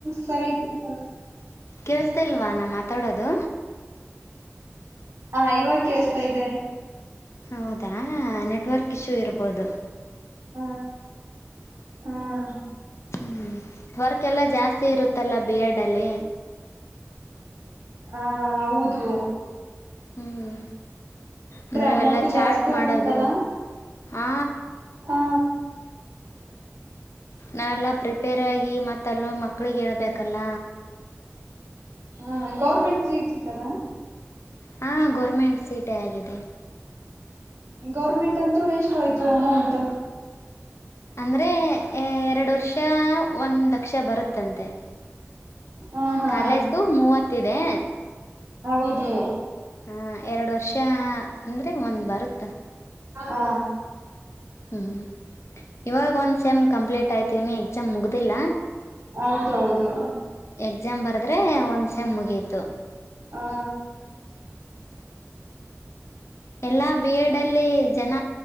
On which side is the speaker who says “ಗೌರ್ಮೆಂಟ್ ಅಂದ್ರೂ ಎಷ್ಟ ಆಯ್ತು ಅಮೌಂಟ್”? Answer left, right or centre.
Right